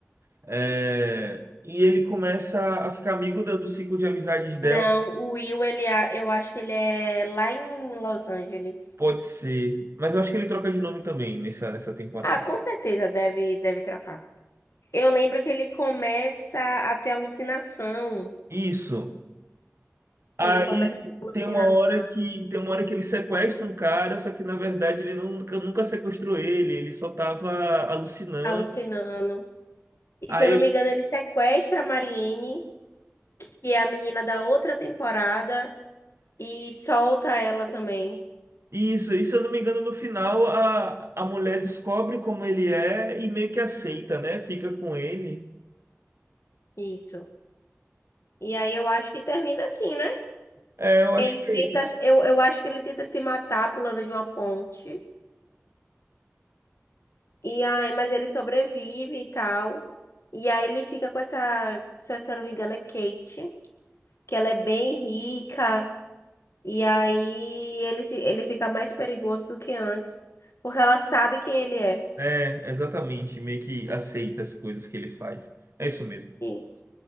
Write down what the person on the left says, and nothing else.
Não, o Will, ele, é- eu acho que ele é lá em Los Angeles.
Ah, com certeza deve, deve trocar. Eu lembro que ele começa a ter alucinação.
Que
ele começa a ter alucinação,
alucinando.
E se eu não me engano, ele sequestra a Marianne, que é a menina da outra temporada, e solta ela também.
Isso. E aí eu acho que termina assim, né?
Ele
tenta,
eu, eu acho que ele tenta se matar pulando de uma ponte. E aí, mas ele sobrevive e tal. E aí ele fica com essa, se eu se eu não me engano, é Kate, que ela é bem rica. E aí ele, se- ele fica mais perigoso do que antes, porque ela sabe quem ele é.
Isso.